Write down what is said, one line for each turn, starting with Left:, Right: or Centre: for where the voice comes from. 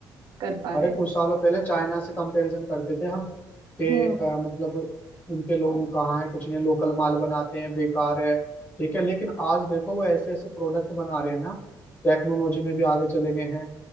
Right: कर पा
Left: अरे
Right: रहे हैं
Left: कुछ सालों पहले चाइना से कंपैरिजन करते थे हम कि
Right: हम्म
Left: अ, मतलब उनके लोग कहाँ है कुछ नहीं लोकल माल बनाते हैं बेकार है ठीक है लेकिन आज देखो वो ऐसे ऐसे प्रोडक्ट बना रहे हैं ना टेक्नोलॉजी में भी आगे चले गए हैं